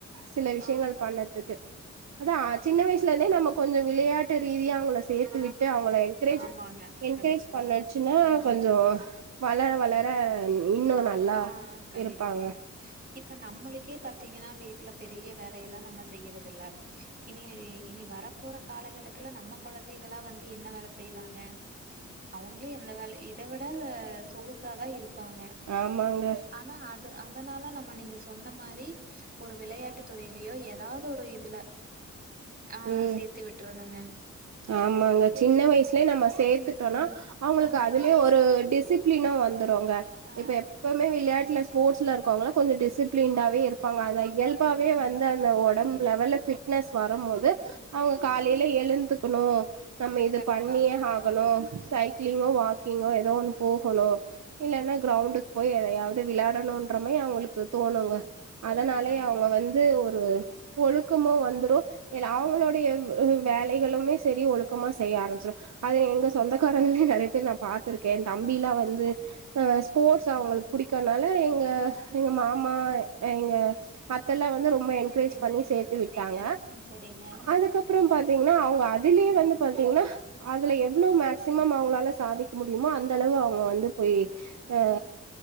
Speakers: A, on the right; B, on the right.
A: சில விஷயங்கள்
B: ஆ.
A: பண்ணதுக்கு அதா சின்ன வயஸ் ல இருந்தே நம்ம கொஞ்சம் விளையாட்டு ரீதியாக அவங்கள சேர்த்து விட் ட்டு அவங்கள என்கரேஜ்
B: ஆமாங்க.
A: என்கரேஜ்
B: கண்டிப்பா.
A: பண்ணச்சுன்னா
B: ம்.
A: கொஞ்சம் வளர வளர ன் இன்னும்
B: அவங்க
A: நல்லா
B: ஆ கண்டிப்பா.
A: இருப்பாங்க
B: இப்ப நம்மளுக்கே பாத்தீங்கன்னா வீட்டுல பெரிய வேல எல்லாம் நம்ம செய்யறது இல்ல இனி இனி வரப்போற காலகட்டத்துல நம்ம குழந்தைகளா வந்து என்ன வேலை செய்வாங்க அவங்களு எந்த வேல இதை விட சொகுசாதா இருப்பாங்க
A: ஆமாங்க
B: ஆனா அது அதனால நம்ம நீங்க சொன்ன மாரி ஒரு விளையாட்டு துறையிலயோ ஏதாவது ஒரு இதுல ஆ
A: ம்
B: சேத்து விட்டுருணுங்க
A: ஆமாங்க சின்ன வயசுலயே நம்ம சேர்த்துட்டோனா
B: ம், ம்.
A: அவங்களுக்கு
B: ஆ,
A: அதுலே ஒரு அ டிசிப்பிளினா வந்து ந்த்ருவாங்க
B: ஆ
A: இப்ப எப்பமே விளையாட்டுல ஸ்போர்ட்சு ல இருக்கவங்களங்கல கொஞ்ச டிசிப்ளினாவே இருப் ப்பாங்க அந்த
B: இருப்பாங்க.
A: இயல்பாவே
B: ம்.
A: வந்து அந்த உடம்பு
B: வந்துரும்.
A: லெவல்ல ஃபிட்னஸ் வரும் போது அவங்க காலையில எழுந்து க்கணும் நம்ம இது
B: கண்டிப்பா.
A: பண்ணியே ஆகணும்
B: ம்.
A: சைக்கிளிங்கு வாக் க்கிங்க ஏதோ ஒண்ணு போகணு இல்லென கிரவுண்டு போய் எதையாவது விளாடணும்ன்றமாரி அவங்களுக்கு தோணுங்க அதனாலே
B: கண்டிப்பாங்க.
A: அவங்க வந்து ஒரு
B: ம்.
A: ஒழுக் மு வந்துரு எல்லா அவங்களுடைய வேலைகளுமே சேரி ஒழுக்கமா செய்ய ஆரம்பிச்சிடு அத எங்க சொந்தக்காரங்களே நிறைய பேர் நா பாத்திருக் என் தம்பிலாம்
B: சரி.
A: வந்து அ
B: ம்
A: ஸ்போர்ட்ஸ் அவங்களுக் புடிக்கானல் ல்ல எங்க
B: ம்
A: எங்க மாமா இங்க அத்தெல்லா வந்து ரொம் ரொம்ப என்கரேஜ்
B: சரிங்க
A: பண்ணி சேர்த்து விட்டாங்க
B: சரிங்க ம் சரிங்க
A: அதுக்கப்புறம் பாத்தீங்கன்னா அவங்க அது திலியே வந்து பாத்தீங்கன்னா அதுல
B: ம்
A: எவ்வளோ மேக் க்சிமம் அவங்களால சாதிக்க முடியுமோ அந்த அளவு அவங்க வந்து போய் அ
B: ம்